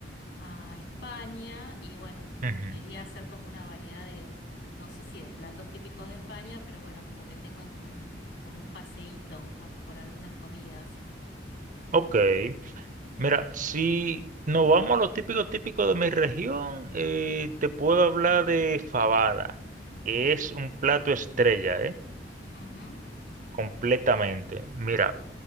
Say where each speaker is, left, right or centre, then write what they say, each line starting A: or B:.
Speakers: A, on the left; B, on the right.
A: a España y bueno,
B: ujú.
A: quería hacer como una variedad de, no sé si de platos típicos de España, pero bueno, como que tengan como un, como un paseíto con, por algunas comidas.
B: Ok,
A: Me-
B: mira, si nos vamos a lo típico típico de mi región, eh, te puedo hablar de fabada, que es un plato estrella, ¿eh?
A: Ujú,
B: Completamente. Mira,